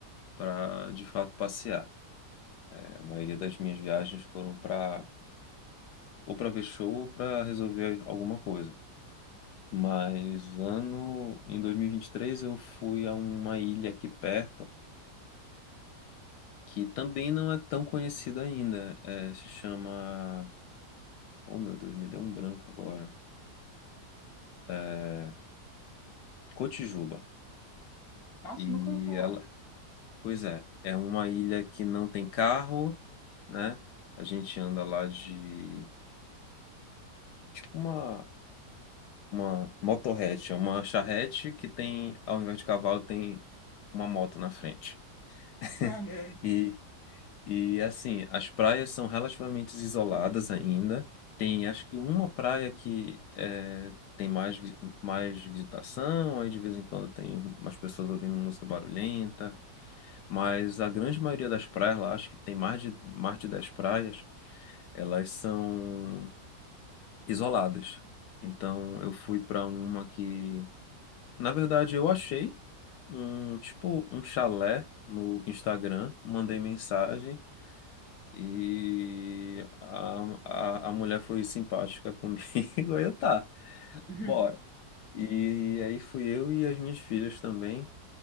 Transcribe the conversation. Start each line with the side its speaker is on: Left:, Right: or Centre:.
Left: para de fato passear. É, a maioria das minhas viagens foram para ou para ver show ou para resolver alguma coisa. Mas ano em dois mil e e vinte e três eu fui a uma ilha aqui perto que também não é tão conhecida ainda. É, se chama, oh meu Deus, me deu um branco agora. É, Cotijuba.
Centre: Nossa,
Left: E
Centre: nunca ouvi falar.
Left: ela, pois é, é uma ilha que não tem carro, né? A gente anda lá de tipo uma uma motorrete, é uma charrete que tem, ao invés de cavalo, tem uma moto na frente. <laughs>
Centre: Que maneiro.
Left: E e assim, as praias são relativamente isoladas ainda. Tem acho que uma praia que é, tem mais vi- mais visitação, aí de vez em quando tem umas pessoas ouvindo música barulhenta. Mas a grande maioria das praias lá, acho que tem mais de, mais de 10 praias, elas são isoladas. Então eu fui para uma que, na verdade, eu achei um tipo um chalé no Instagram, mandei mensagem e a, a, a mulher foi simpática comigo. <laughs> Aí eu tá,
Centre: <laughs>
Left: bora. E aí fui eu e as minhas filhas também.